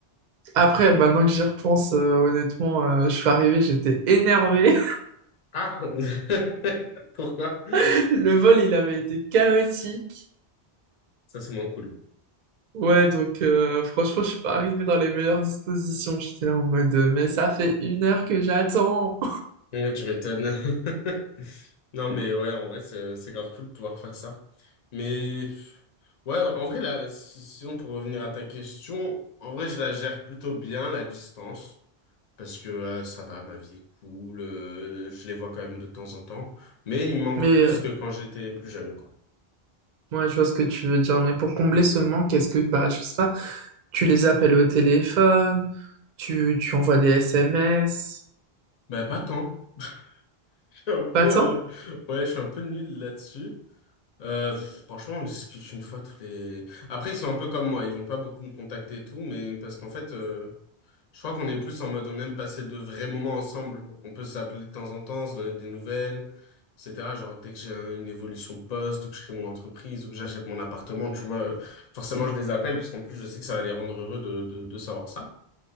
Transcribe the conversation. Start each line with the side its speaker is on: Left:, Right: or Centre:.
Right: après, maintenant que j'y repense, euh, honnêtement, euh, je suis arrivé, j'étais énervé.
Left: Ah! <laughs> Pourquoi?
Right: <laughs> Le vol, il avait été chaotique.
Left: Ça, c'est moins cool.
Right: Ouais, donc euh, franchement, je suis pas arrivé dans les meilleures dispositions. J'étais là en mode, mais ça fait une heure que j'attends.
Left: Ouais, tu m'étonnes. <laughs> Non, mais ouais, en vrai, c'est c'est grave cool de pouvoir faire ça. Mais ouais, en vrai, là, si- sinon, pour revenir à ta question, en vrai, je la gère plutôt bien, la distance, parce que euh, ça va, ma vie est cool, euh, je les vois quand même de temps en temps, mais il me manque
Right: Mais
Left: plus que quand j'étais plus jeune, quoi.
Right: Ouais, je vois ce que tu veux dire, mais pour combler ce manque, est-ce que, bah, je sais pas, tu les appelles au téléphone, tu, tu envoies des SMS,
Left: Bah, pas tant. Je suis un peu,
Right: pas tant?
Left: euh, ouais, je suis un peu nul là-dessus. Euh, franchement, on discute une fois tous les... Après, ils sont un peu comme moi, ils vont pas beaucoup me contacter et tout, mais parce qu'en fait... euh, Je crois qu'on est plus en mode on aime passer de vrais moments ensemble. On peut s'appeler de temps en temps, se donner des nouvelles, etc. Genre dès que j'ai un- une évolution de poste ou que je crée mon entreprise ou que j'achète mon appartement, tu vois, euh, forcément je les appelle parce qu'en plus je sais que ça va les rendre heureux de, de, de savoir ça.